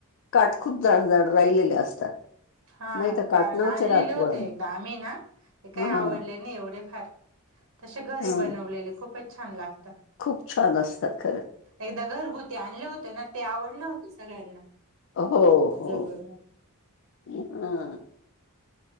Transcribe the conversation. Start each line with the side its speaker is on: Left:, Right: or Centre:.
Left: काठ खूप जाडजाड राहिलेले असतात.
Right: हा
Left: नाही तर काठ
Right: कारण
Left: नव्हते
Right: आणलेले
Left: राहत
Right: होते
Left: पोळ्यात
Right: एकदा आम्ही ना ते काही
Left: हा
Right: आवडले नाही एवढे फार. तशे घरी
Left: हा
Right: बनवलेले खूपचं छान लागतं.
Left: खूप छान असतात खरं.
Right: एकदा घरगुती आणले होते ना ते आवडले होते सगळ्यांना.
Left: हो हो
Right: जवळ
Left: हम्म.